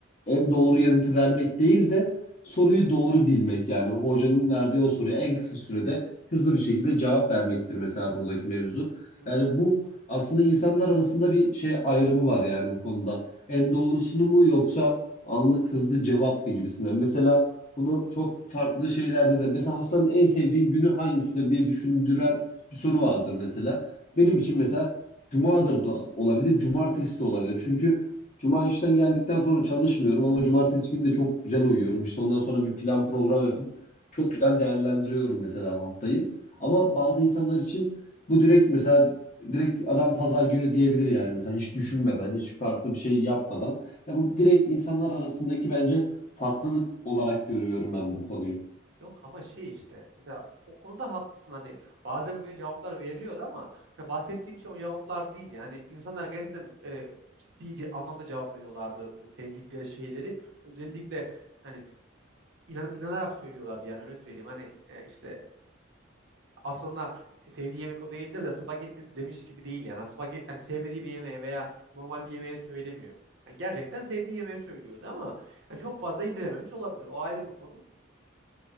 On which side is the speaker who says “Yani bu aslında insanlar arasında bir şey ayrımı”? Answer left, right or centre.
Left